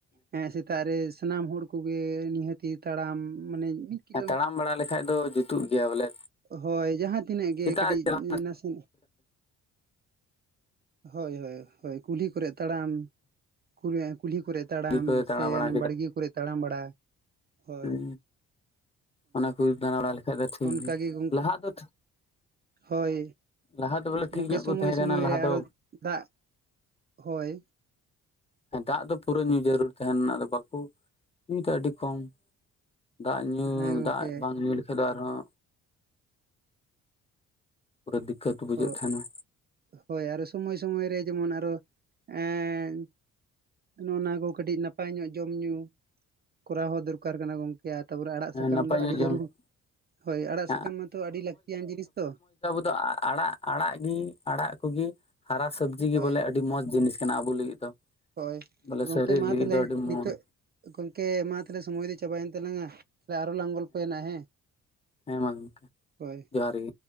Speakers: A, on the right (about 35°); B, on the left (about 20°).
A: ᱦᱮᱸ ᱥᱮᱛᱟᱜ ᱨᱮ ᱥᱟᱱᱟᱢ ᱦᱚᱲ ᱠᱚᱜᱮ ᱱᱤᱦᱟᱹᱛᱤ ᱛᱟᱲᱟᱢ ᱢᱟᱱᱮ ᱠᱤᱞᱳ
B: ᱦᱮᱸ ᱛᱟᱲᱟᱢ ᱵᱟᱲᱟ ᱞᱮᱠᱷᱟᱡ ᱫᱚ ᱡᱩᱛᱩᱜ ᱜᱮᱭᱟ ᱵᱚᱞᱮ᱾
A: ᱦᱳᱭ ᱡᱟᱦᱟᱸ ᱛᱤᱱᱟᱹᱜ ᱜᱮ
B: ᱥᱮᱛᱟᱜ
A: ᱠᱟᱹᱴᱤᱡ
B: ᱨᱮ ᱪᱟᱞᱟᱣ
A: ᱱᱟᱥᱮ ᱦᱳᱭ ᱦᱳᱭ ᱦᱳᱭ ᱠᱩᱞᱦᱤ ᱠᱚᱨᱮᱜ ᱛᱟᱲᱟᱢ᱾ ᱠᱩᱮᱸ ᱠᱩᱞᱦᱤ ᱠᱚᱨᱮ ᱛᱟᱲᱟᱢ
B: ᱠᱚ ᱛᱟᱲᱟ
A: ᱥᱮ
B: ᱵᱟᱲᱟ
A: ᱵᱟᱲᱜᱮ ᱠᱚᱨᱮ ᱛᱟᱲᱟᱢ ᱵᱟᱲᱟ᱾ ᱦᱳᱭ
B: ᱩᱸ ᱚᱱᱟ ᱠᱚ ᱫᱟᱬᱟ ᱵᱟᱲᱟ ᱞᱮᱠᱷᱟᱡ ᱫᱚ ᱴᱷᱤᱠ᱾ ᱜᱮ
A: ᱠᱟ ᱜᱤ ᱜᱚᱝᱠᱮ
B: ᱞᱟᱦᱟ ᱫᱚ
A: ᱦᱳᱭ᱾
B: ᱞᱟᱦᱟ ᱫᱚ ᱵᱚᱞᱮ ᱴᱷᱤᱠ
A: ᱜᱚᱝᱠᱮ
B: ᱧᱚᱜ
A: ᱥᱚᱢᱚᱭ
B: ᱠᱚ ᱛᱟᱦᱮᱸ
A: ᱥᱚᱢᱚᱭ
B: ᱠᱟᱱᱟ ᱞᱟᱦᱟ
A: ᱨᱮ
B: ᱫᱚ
A: ᱟᱨᱚ ᱫᱟᱜ ᱦᱚᱭ
B: ᱦᱮᱸ ᱫᱟᱜ ᱫᱚ ᱯᱩᱨᱟᱹ ᱧᱩ ᱡᱟᱹᱨᱩᱲ ᱛᱟᱦᱮᱱᱟ ᱟᱫᱚ ᱵᱟᱠᱚ ᱧᱩᱭᱫᱟ, ᱟᱹᱰᱤ ᱠᱚᱢ᱾ ᱫᱟᱜ ᱧᱩ
A: ᱦᱮᱸ ᱜᱚᱝᱠᱮ
B: ᱫᱟᱜ ᱵᱟᱝ ᱧᱩ ᱞᱮᱠᱷᱟᱡ ᱫᱚ ᱟᱨᱦᱚᱸ ᱯᱩᱨᱟᱹ ᱫᱤᱠᱠᱟᱹᱛ ᱵᱩᱡᱷᱟᱹᱜ
A: ᱦᱳ
B: ᱛᱟᱦᱮᱱᱟ᱾
A: ᱦᱳᱭ ᱟᱨᱚ ᱥᱚᱢᱚᱭ ᱥᱚᱢᱚᱭ ᱨᱮ ᱡᱮᱢᱚᱱ ᱟᱨᱚ ᱮᱸ ᱱᱚᱜᱼᱱᱟ ᱠᱚ ᱠᱟᱹᱴᱤᱡ ᱱᱟᱯᱟᱭ ᱧᱚᱜ ᱡᱚᱢ ᱧᱩ ᱠᱚᱨᱟᱣ ᱦᱚᱸ ᱫᱚᱨᱠᱟᱨ ᱠᱟᱱᱟ ᱜᱚᱝᱠᱮ᱾ ᱜᱮᱭᱟᱨ ᱛᱟᱯᱚᱨᱮ ᱟᱲᱟᱜ ᱥᱟᱠᱟᱢ
B: ᱱᱟᱯᱟᱭ
A: ᱫᱚ ᱟᱹᱰᱤ
B: ᱧᱚᱜ
A: ᱡᱟᱹᱨᱩᱲ᱾
B: ᱡᱚᱢ <unintelligible>
A: ᱦᱳᱭ ᱟᱲᱟᱜ ᱥᱟᱠᱟᱢ ᱢᱟᱛᱚ ᱟᱹᱰᱤ ᱞᱟᱹᱠᱛᱤᱭᱟᱱ ᱡᱤᱱᱤᱥ ᱛᱚ
B: ᱫᱚ ᱟᱲᱟᱜ ᱟᱲᱟᱜ ᱜᱤ ᱟᱲᱟᱜ ᱠᱚᱜᱤ ᱦᱟᱨᱟ ᱥᱚᱵᱽᱡᱤ ᱦᱟᱨᱟ ᱥᱟᱵᱽᱡᱤ ᱜᱮ
A: ᱦᱳᱭ
B: ᱵᱚᱞᱮ ᱟᱹᱰᱤ ᱢᱚᱸᱡᱽ ᱡᱤᱱᱤᱥ ᱠᱟᱱᱟ ᱟᱵᱚ ᱞᱟᱹᱜᱤᱫ ᱫᱚ᱾
A: ᱦᱳᱭ
B: ᱵᱚᱞᱮ
A: ᱜᱚᱝᱠᱮ
B: ᱥᱚᱨᱤᱨ
A: ᱢᱟ
B: ᱞᱟᱹᱜᱤᱫ
A: ᱛᱟᱦᱞᱮ
B: ᱫᱚ ᱟᱹᱰᱤ ᱢᱚᱸᱡᱽ
A: ᱱᱤᱛᱚᱜ ᱜᱚᱝᱠᱮ ᱢᱟ ᱛᱟᱦᱞᱮ ᱥᱚᱢᱚᱭ ᱫᱚ ᱪᱟᱵᱟᱭᱮᱱ ᱛᱟᱞᱟᱝᱟ᱾ ᱥᱮ ᱟᱨᱚ ᱞᱟᱝ ᱜᱚᱞᱯᱚᱭᱟ ᱱᱟᱜ ᱦᱮᱸ
B: ᱦᱮᱸ ᱢᱟ ᱜᱚᱢᱠᱮ
A: ᱦᱳᱭ᱾
B: ᱡᱚᱦᱟᱨ ᱜᱮ